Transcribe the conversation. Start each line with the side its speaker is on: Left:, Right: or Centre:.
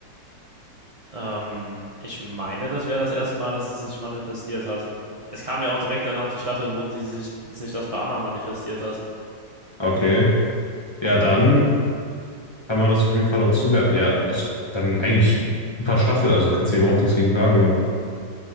Right: Ähm, ich meine, das wäre das erste Mal, dass es sich manifestiert hat. Es kam ja auch direkt danach die Staffel, wo sie sich, sich das bei Anna manifestiert hat.
Left: Okay. Ja, dann kann man das auf jeden Fall dazu werten. Ja, das dann eigentlich super Staffel, also kannst du dir überhaupt nichts gegen sagen dann.